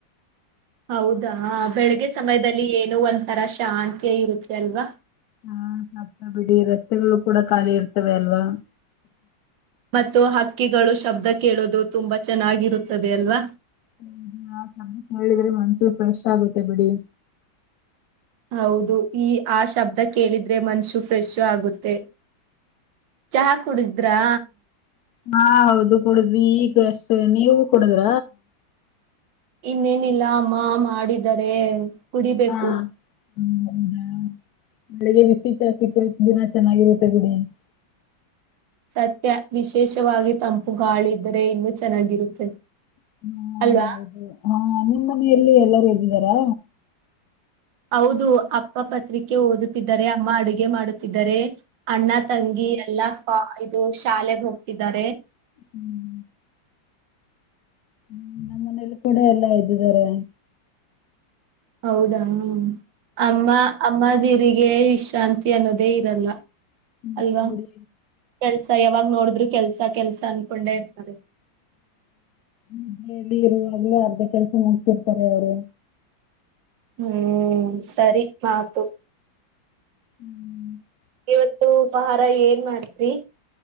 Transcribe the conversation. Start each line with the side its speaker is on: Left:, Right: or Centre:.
Right: ಹೌದಾ ಬೆಳಿಗ್ಗೆ ಸಮಯದಲ್ಲಿ ಏನೋ ಒಂದಂತರ ಶಾಂತಿಯ ಇರುತ್ತೆ ಅಲ್ವಾ.
Left: ಹಾ ಆಗ್ತಾ ಬಿಡಿ ರಸ್ತೆಗಳು ಕೂಡ ಖಾಲಿ ಇರ್ತವೆ ಅಲ್ವಾ.
Right: ಮತ್ತು ಹಕ್ಕಿಗಳು ಶಬ್ದ ಕೇಳೋದು ತುಂಬಾ ಚೆನ್ನಾಗಿರುತ್ತದೆ ಅಲ್ವಾ.
Left: <unintelligible> ಮನ್ಸು ಫ್ರೆಶ್ ಆಗುತ್ತೆ ಬಿಡಿ.
Right: ಹೌದು ಈ ಆ ಶಬ್ದ ಕೇಳಿದ್ರೆ ಮನ್ಷು ಫ್ರೆಶ್ ಆಗುತ್ತೆ. ಚಹಾ ಕುಡಿದ್ರಾ.
Left: ಹಾ ಹೌದು ಕುಡುದ್ವಿ ಈಗ ಅಷ್ಟು ನೀವು ಕುಡುದ್ರ.
Right: ಇನ್ನೇನಿಲ್ಲ ಅಮ್ಮ ಮಾಡಿದರೆ ಕುಡಿಬೇಕು
Left: ಹಾ ಹ್ಮ ಹೌದಾ ಬೆಳಿಗ್ಗೆ ಬಿಸಿ ಚಾಕ ದಿನಾ ಚೆನ್ನಾಗಿರುತ್ತೆ ಬಿಡಿ <unintelligible>
Right: ಸತ್ಯ ವಿಶೇಷವಾಗಿ ತಂಪು ಗಾಳಿದರೆ ಇನ್ನೂ ಚೆನ್ನಾಗಿರುತ್ತೆ
Left: ಹಾ,
Right: ಅಲ್ವಾ
Left: ಹೌದು ಹಾ ನಿಮ್ ಮನೆಯಲ್ಲಿ ಎಲ್ಲರೂ ಇದ್ದಿದ್ದಾರಾ
Right: ಹೌದು ಅಪ್ಪ ಪತ್ರಿಕೆ ಓದುತ್ತಿದ್ದಾರೆ ಅಮ್ಮ ಅಡುಗೆ ಮಾಡುತ್ತಿದ್ದಾರೆ ಅಣ್ಣ ತಂಗಿ ಎಲ್ಲಾ ಇದು ಶಾಲೆಗೆ ಹೋಗ್ತಿದ್ದಾರೆ
Left: ಹ್ಮ್ ಹ್ಮ ನಮ್ಮ್ ಮನೇಲಿ ಕೂಡ ಎಲ್ಲಾ ಇದ್ದಿದ್ದಾರೆ
Right: ಹೌದಾ ಹ್ಮ ಅಮ್ಮ ಅಮ್ಮ ನೀರಿಗೆ ವಿಶ್ರಾಂತಿ ಅನ್ನೋದೇ ಇರಲ್ಲ
Left: ನಿಜ
Right: ಅಲ್ವಾ
Left: ಬಿಡಿ
Right: ಕೆಲ್ಸ ಯಾವಾಗ ನೋಡಿದ್ರು ಕೆಲ್ಸ ಕೆಲ್ಸ ಅನ್ಕೊಂಡೆ ಇರ್ತದೆ
Left: ನಿದ್ದೆಯಲ್ಲಿ ಇರುವಾಗ್ಲೂ ಅರ್ಧ ಕೆಲಸ ಮಾಡಡ್ತಿರ್ತಾರೆ ಅವರು
Right: ಹ್ಮ್ ಸರಿ ಮಾತು
Left: ಹ್ಮ್
Right: ಇವತ್ತು ಉಪಹಾರ ಏನ್ ಮಾಡ್ತ್ರಿ